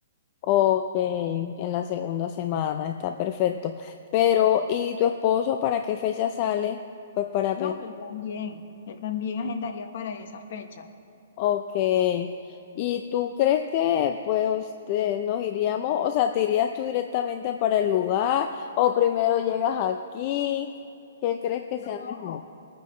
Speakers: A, on the left; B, on the left.
A: Ok, en la segunda semana, está perfecto. Pero, ¿y tu esposo para qué fecha sale? Pues para
B: No,
A: pensar.
B: él también, él también agendaría para esa fecha.
A: Ok. ¿Y tú crees que pues te- nos iríamos, o sea, te irías tú directamente para el lugar o primero llegas aquí? ¿Qué crees que
B: No,
A: sea mejor?